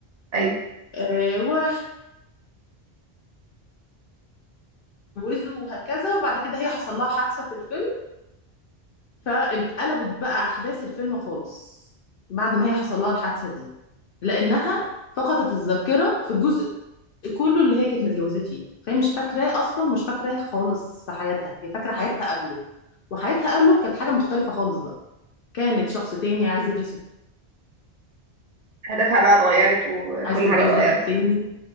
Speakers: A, on the right; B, on the left.
A: ايوه
B: آه واتجوزوا وهكذا وبعد كده هي حصل لها حادثه في الفيلم فاتقلبت بقى احداث الفيلم خالص بعد ما هي حصل لها الحادثه دي لانها فقدت الذاكره في الجزء كله اللي هي كانت متجوزاه فيه فهي مش فاكراه اصلا مش فاكراه خالص في حياتها هي فاكره حياتها قبله وحياتها قبله كانت حاجه مختلفه خالص بقى كانت شخص تاني عايز يدرس
A: هدفها بقى اتغيرت وكل
B: عايز تتجوز
A: حاجه اتغيرت
B: واحد تاني